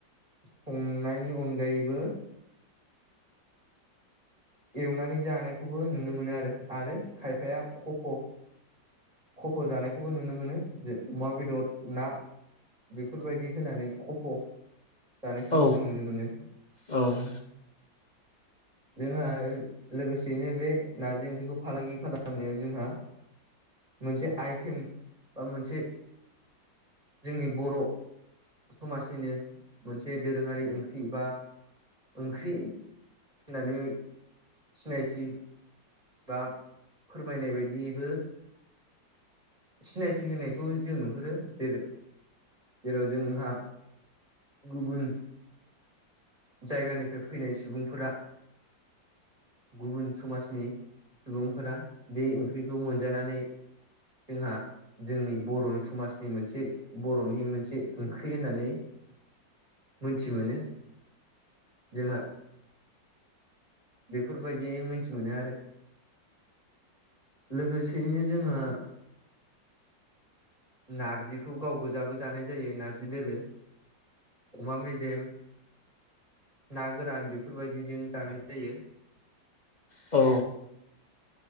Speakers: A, on the right (about 20°); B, on the left (about 35°).
A: संनायनि अनगायैबो एवनानै जानायखौबो नुनो मोनो आरो आरो खायफाया खफ' खफ' जानायखौबो नुनो मोनो जे अमा बेदद ना बेफोरबायदि होनानै खफ' जानायखौबो
B: औ
A: जों नुनो मोनो।
B: औ
A: जोंहा लोगोसेयैनो बे नारजि ओंख्रिखौ फालांगि खालामनायाव जोंहा मोनसे आइटेम बा मोनसे जोंनि बर' समाजनिनो मोनसे दोरोङारि ओंख्रि बा ओंख्रि होननानै सिनायथि बा फोरमायनाय बायदिबो सिनायथि होनायखौ जों नुहुरो। जेरो जेराव जोंहा गुबुन जायगानिफ्राय फैनाय सुबुंफोरा गुबुन समाजनि सुबुंफोरा बे ओंख्रिखौ मोनजानानै जोंहा जोंनि बर' समाजनि मोनसे बर'नि मोनसे ओंख्रि होननानै मोनथि मोनो। जोंहा बेफोरबायदि मोनथि मोनो आरो। लोगोसेयैनो जोंहा नारजिखौ गाव गोजाबो जानाय जायो नारजि दोलो। अमा मेजेम ना गोरान बेफोरबायदिजों जानाय जायो।
B: औ।